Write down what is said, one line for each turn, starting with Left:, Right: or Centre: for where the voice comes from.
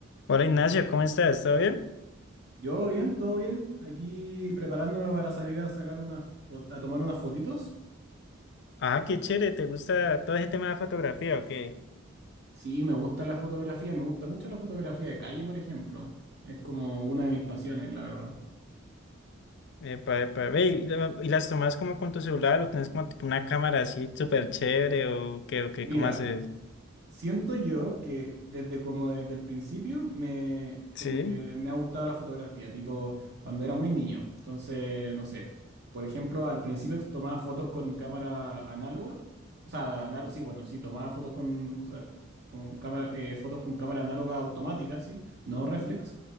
Left: Hola Ignacio, ¿cómo estás? ¿Todo bien?
Right: Yo bien, todo bien. Aquí preparándome para salir a sacar unas fo- a tomar unas fotitos.
Left: Ah, qué chévere, ¿te gusta todo ese tema de fotografía o qué?
Right: Sí, me gusta la fotografía, me gusta mucho la fotografía de calle, por ejemplo. Es como una de mis pasiones, la verdad.
Left: Epa, epa, ve, ¿y, la- y las tomas como con tu celular o tienes como tipo una cámara así súper chévere o qué, o qué,
Right: Mira,
Left: cómo haces?
Right: Siento yo que desde como desde el principio me
Left: Sí,
Right: como que me ha gustado la fotografía, tipo cuando era muy niño. Entonces, no sé, por ejemplo, al principio tomaba fotos con cámara análoga, o sea, anal- sí, bueno, sí, tomaba fotos con cosa con cámara eh, fotos con cámara análoga automática, sí, no reflex.